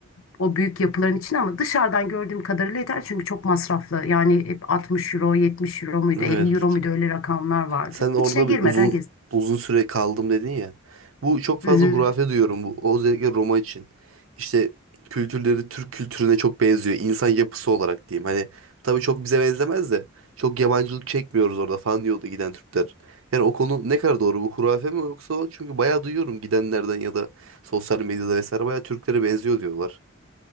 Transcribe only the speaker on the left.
o büyük yapıların içine ama dışarıdan gördüğüm kadarıyla yeter çünkü çok masraflı. Yani hep 60 euro, 70 euro muydu,
50 euro muydu öyle rakamlar vardı.
İçine girmeden
gezdim.